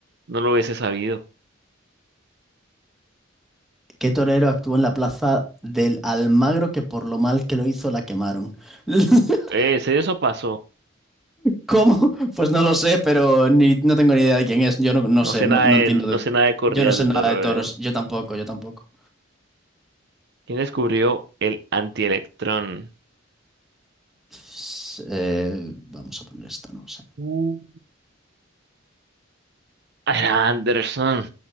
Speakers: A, on the right; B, in the centre.
A: no lo hubiese sabido.
B: ¿Qué torero actuó en la plaza del Almagro que por lo mal que lo hizo la quemaron? <laughs>
A: Eh, ¿sí eso pasó?
B: ¿Cómo? Pues no lo sé, pero ni, no tengo ni idea de quién es. Yo no, no
A: No
B: sé,
A: sé
B: no,
A: nada
B: no
A: de,
B: entiendo
A: no
B: de...
A: sé nada de corridas
B: Yo no sé
A: de
B: nada
A: toro.
B: de toros.
A: eh.
B: Yo tampoco, yo tampoco.
A: ¿Quién descubrió el antielectrón?
B: Pues, Eh, vamos a poner esta, no sé.
A: Uh. Ah, era Anderson.